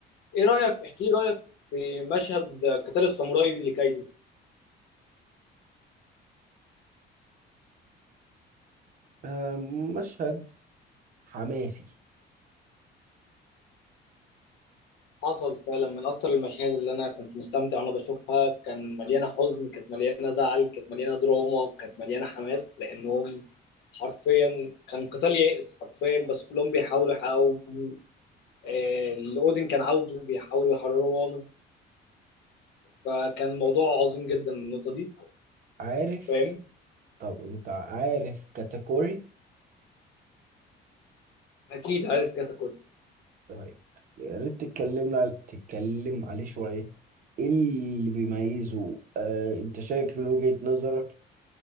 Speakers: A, on the left; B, on the right.
A: ايه رايك احكي لي رايك في مشهد قتال الساموراي لكايدو
B: آه، مشهد حماسي
A: حصل فعلا من اكتر المشاهد اللي انا كنت مستمتع وانا بشوفها كان مليانه حزن كانت مليانه زعل كانت مليانه دراما كانت مليانه حماس لانهم حرفيا كان قتال يائس حرفيا بس كلهم بيحاولوا يحققوا آه، اللي اودين كان عاوزه بيحاولوا يحرروا عنه فكان الموضوع عظيم جدا النقطه دي
B: عارف
A: فاهم
B: طب أنت عارف كاتيجوري
A: اكيد عارف كاتاكوري
B: طيب يا ريت تتكلمنا تتكلم عليه شوية ايه اللي بيميزه آه انت شايف من وجهة نظرك